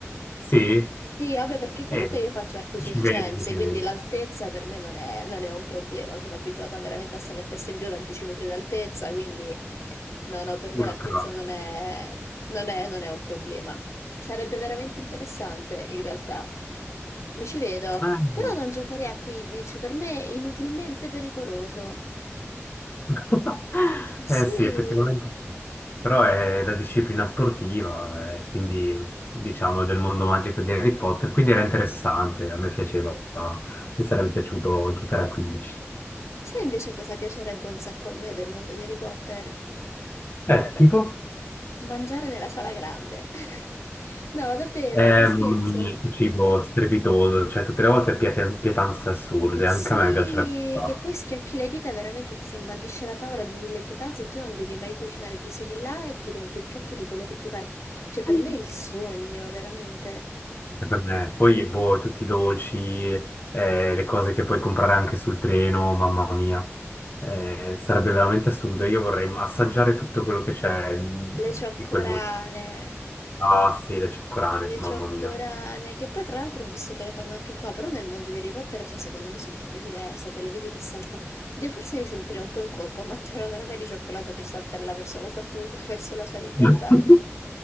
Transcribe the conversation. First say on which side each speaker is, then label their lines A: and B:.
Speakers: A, on the left (about 45°); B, on the left (about 75°).
A: sì,
B: Sì, vabbè, perché comunque
A: eh,
B: io faccio arti
A: ci
B: circense,
A: vede, ci
B: quindi
A: vede.
B: l'altezza per me non è, non è un problema. Sono abituata veramente a stare a testa in giù a 10 metri d'altezza, quindi no, no, per me
A: Urca.
B: l'altezza non è, non è, non è un problema. Sarebbe veramente interessante, in realtà. Mi ci vedo,
A: Eh,
B: però non giocherei a 15, per me è inutilmente pericoloso.
A: <laughs>
B: Eh sì,
A: Eh sì, effettivamente sì. Però è la disciplina sportiva, eh, quindi diciamo del mondo magico di Harry Potter, quindi era interessante, a me piaceva, mi sarebbe piaciuto giocare a 15
B: sai invece cosa piacerebbe un sacco a me del mondo di Harry Potter?
A: Eh, tipo?
B: Mangiare nella sala grande. <laughs> No, davvero,
A: Eh,
B: non scherzo.
A: mamma mia, che cibo strepitoso, cioè tutte le volte piet- pietanze assurde,
B: Eh sì,
A: anche a me piacerebbe un sacco.
B: che poi schiocchi le dita e veramente ti si imbandisce la tavola di mille pietanze e tu non devi mai cucinare, ti siedi là e ti riempi il piatto di quello che ti pare. Cioè, per
A: <laughs>
B: me è il sogno, veramente.
A: Anche per me. Poi, boh, tutti i dolci, eh, le cose che puoi comprare anche sul treno, mamma mia, Eh, sarebbe veramente assurdo. Io vorrei assaggiare tutto quello che c'è mh,
B: Le cioccorane.
A: di quel mondo. Ah, sì, le cioccolane,
B: Le
A: mamma
B: cioccorane,
A: mia.
B: che poi tra l'altro ho visto che le fanno anche qua, però nel mondo di Harry Potter, cioè secondo me sono proprio diverse, te le vedi che salta... Oddio, forse mi sentirei un po' in colpa a mangiare una rana di cioccolato che saltella verso la sua fuga, <laughs> verso la sua libertà.
A: <laughs>